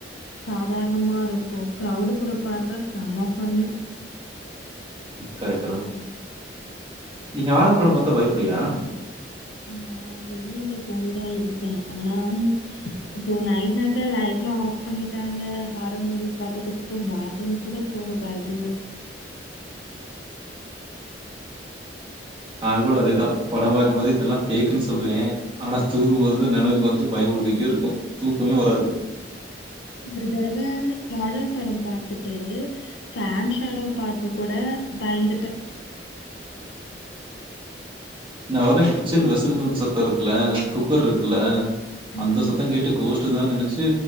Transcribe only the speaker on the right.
கரெக்ட்டு தா நீ யாரு படோ பத் <unintelligible> பயப்படியா
நா கூட அதேதா படோ பாக்கபோது இதெல்லா பேக்குன்னு சொல்லுவே ஆனா தூக்கும்போது நெனவுக்கு வந்து பயோபுடுத்திட்டே இருக்கு தூக்கமே வராது
நா வொனே கிச்சன் வெசில் பம்ப் சத்தோ இருக்குல குக்கர் இருக்குல்ல
அந்த சத்த கேட்டு கோஷ்டுதா னு நெனைச்சி